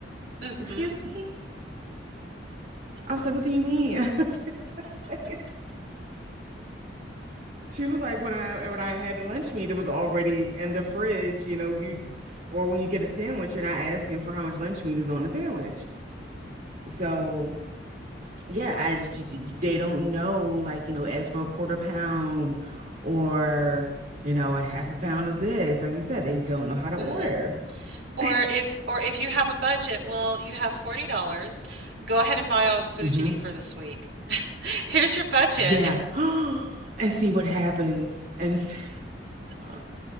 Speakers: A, on the right; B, on the right.
A: Mm-hmm.
B: Excuse me? I was like, What do you mean? <laughs> I was like- <laughs> She was like, when I when I had lunch meat, it was already in the fridge, you know, you or when you get a sandwich, you're not asking for how much lunch meat is on the sandwich. So yeah, I just you- you- they don't know, like, you know, ask for a quarter pound or, you know, a half a pound of this. Like you said, they don't know how to order.
A: Mm-hmm. Or
B: <laughs>
A: if or if you have a budget, well, you have $40. Go ahead and buy all the food
B: hmm
A: you need for this week. <laughs> Here's your budget.
B: Yeah.
A: <laughs>
B: <gasps> And see what happens. And s- <laughs>